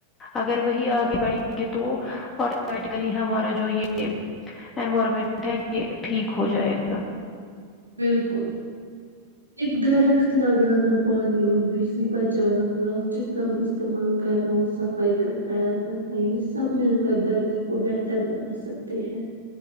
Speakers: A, on the left; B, on the right.
A: اگر وہی آگے بڑھیں گے تو آٹومیٹیکلی ہمارا جو یہ انوائرمنٹ ہے یہ ٹھیک ہو جائے گا
B: بالکل ایک درخت لگانا پانی اور بجلی بچانا پلاسٹک کم استعمال کرنا اور صفائی کا خیال رکھنا یہ سب مل کر درد کو بہتر بنا سکتے ہیں